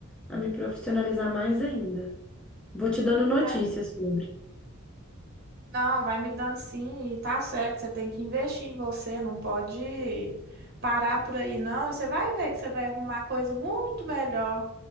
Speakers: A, in the centre; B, on the right (about 50°).
A: a me profissionalizar mais ainda. Vou te dando notícias
B: É.
A: sobre.
B: Não, vai me dando sim, e tá certo. Você tem que investir em você, não pode parar por aí, não. E você vai ver que você vai arrumar coisa muito melhor.